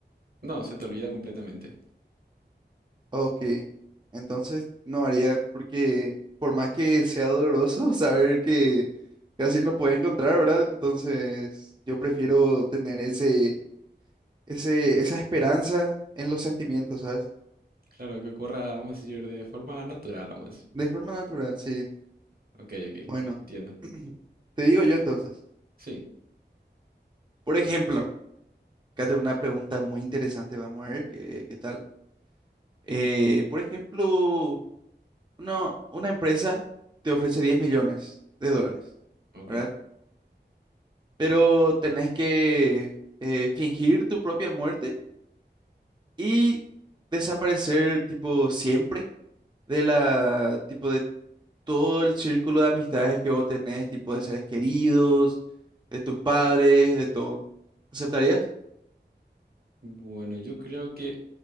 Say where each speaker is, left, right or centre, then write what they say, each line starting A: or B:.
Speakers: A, on the right (about 55°); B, on the right (about 25°).
A: No, se te olvida completamente.
B: Ok, entonces no haría, porque por más que sea doloroso <laughs> saber que casi no puede encontrar, ¿verdad? Entonces yo prefiero tener ese, ese, esa esperanza en los sentimientos, ¿sabes?
A: Claro, que ocurra, vamos a decir, de forma natural, vamos a decir.
B: De forma natural, sí.
A: Ok, ok,
B: Bueno,
A: entiendo.
B: <clears throat> te digo yo entonces.
A: Sí,
B: Por ejemplo, acá tengo una pregunta muy interesante, vamos a ver qué, qué tal. Eh, por ejemplo, uno- una empresa te ofrece 10 millones de dólares,
A: ok.
B: ¿verdad? pero tenés que eh, fingir tu propia muerte y desaparecer tipo siempre de la, tipo de todo el círculo de amistades que vos tenés, tipo de seres queridos, de tus padres, de todo. ¿Aceptarías?
A: Bueno, yo creo que